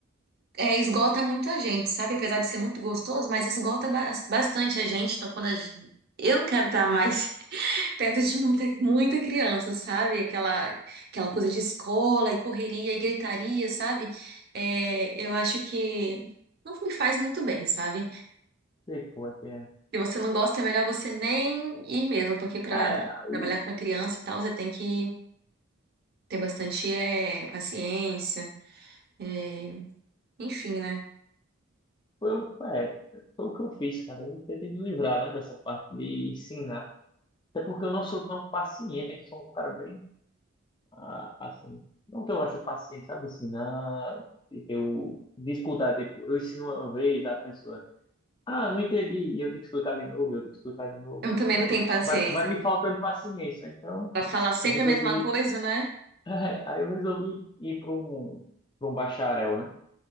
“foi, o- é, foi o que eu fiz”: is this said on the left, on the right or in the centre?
Left